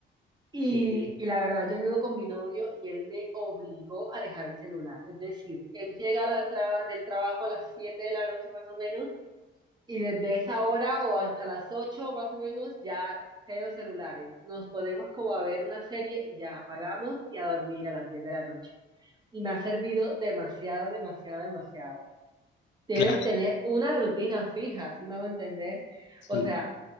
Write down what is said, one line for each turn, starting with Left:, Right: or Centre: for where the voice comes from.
Right: Y,
Left: Ok.
Right: y la verdad, yo vivo con mi novio y él me obligó a dejar el celular. Es decir, él llega al traba- del trabajo a las 7 de la noche más o menos y desde esa hora o hasta las 8 más o menos ya cero celulares. Nos ponemos como a ver una serie y ya apagamos y a dormir a las 10 de la noche. Y me ha servido demasiado, demasiado, demasiado. Debes
Left: Claro.
Right: tener una rutina fija, si me hago entender.
Left: sí.
Right: O sea,